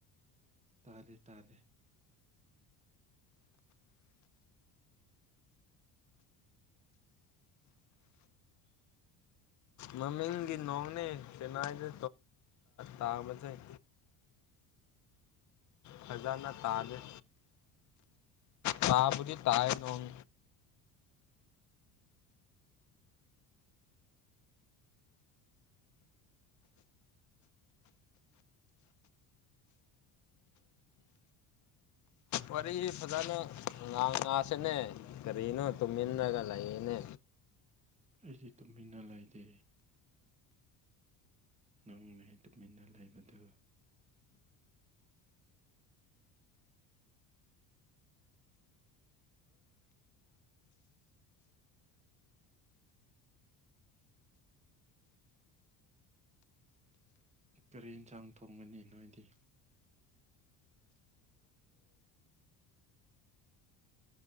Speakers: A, on the right (about 15°); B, on the left (about 45°).
A: ꯇꯥꯗꯦ ꯇꯥꯗꯦ
B: ꯃꯃꯤꯡꯒꯤ ꯅꯣꯡꯅꯦ ꯆꯦꯟꯅꯥꯏꯗ ꯇꯥꯕꯁꯦ ꯑ ꯐꯖꯅ ꯇꯥꯜꯜꯂꯤꯦ ꯇꯥꯕꯨ ꯇꯥꯏ ꯂꯣꯡ ꯋꯥꯔꯤ ꯐꯖꯅ ꯉꯥꯡ ꯉꯁꯤꯅꯦ ꯀꯔꯤꯅꯣ ꯇꯨꯃꯤꯟꯅꯂꯒ ꯂꯩꯅꯦ
A: ꯑꯩꯁꯦ ꯇꯨꯃꯤꯟꯅ ꯂꯩꯇꯦ ꯅꯪꯅ ꯇꯨꯃꯤꯟꯅ ꯂꯩꯕꯗꯨ ꯀꯔꯤ ꯌꯦꯟꯁꯥꯡ ꯊꯣꯡꯒꯅꯤ ꯅꯣꯏꯗꯤ